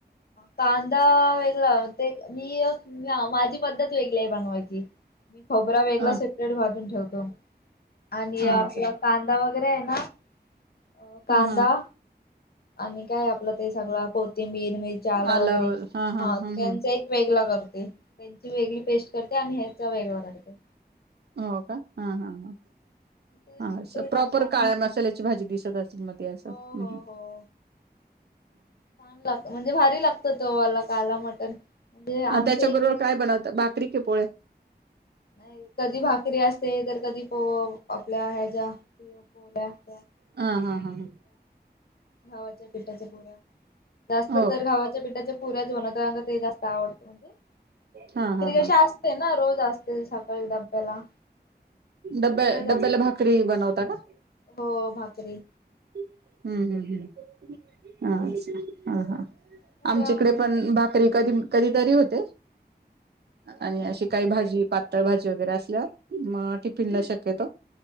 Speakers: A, on the left; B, on the right.
A: कांदा वेगळा ते मी माझी पद्धत वेगळी आहे बनवायची. मी खोबरा वेगळा
B: हा
A: सेपरेट भाजून ठेवतो आणि
B: हा
A: आपला
B: असं
A: कांदा वगैरे आहे. अ कांदा
B: हा हा.
A: आणि काय आपलं ते सगळं कोथिंबीर मिरची अल्लं
B: आलं
A: वगैरे हा
B: हम्म
A: त्यांचा
B: हम्म
A: एक वेगळा करतो. त्यांची वेगळी पेस्ट करते आणि हचा वेगळा राते
B: हो का हा हा हा.
A: ते
B: हा
A: नंतर
B: असं प्रॉपर
A: टाकते आणि
B: काळ्या मसाल्याची भाजी दिसत असल मग ते असं
A: हो हो
B: ह्
A: हो छान लागतं म्हणजे भारी लागत तवाला काला मटण. म्हणजे आमचे
B: अ त्याच्या बरोबर
A: एक
B: काय बनवत बाकरी कि पोळी?
A: नाही कधी भाकरी असते इ तर कधी पो आपल्या ह्याच्या पोल्या त्या
B: हा हा हा हा.
A: घावाच्या पिठाच्या पुऱ्या जास्त
B: हो
A: तर घावाच्या पिठाच्या पुऱ्या ज होना कार ते जास आवडत म्हणजे
B: हा
A: भाकरी
B: हा हा
A: कशी असते ना रोज असते सकाळी डब्याला.
B: डब्या
A: पुऱ्या जास्त
B: डब्याला
A: ना
B: भाकरी बनवता का?
A: हो भाकरी
B: हम्म हम्म हम्म हा अच्छा, हा हा.
A: पुऱ्या
B: आमच्याकडे
A: वगैरे
B: पण भाकरी कधी कधीतरी होते. आणि
A: आमच्या
B: अशी
A: ते
B: काही
A: रोजची
B: भाजी
A: भाकर
B: पातळ भाजी वगैरे असल्याव म
A: हा
B: पिलन शक्यतो